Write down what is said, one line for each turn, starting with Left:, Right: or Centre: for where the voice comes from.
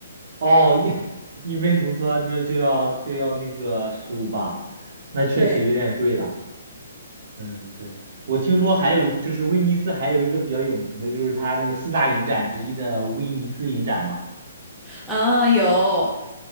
Right: 哦，一 <laughs> 一杯浓缩就就要就要那个十五磅，那确实有点贵了，
Centre: 对，
Right: 嗯，对。我听说还有就是威尼斯还有一个比较有名的，就是它那个四大影展之一的威尼斯影展嘛。
Centre: 啊，有，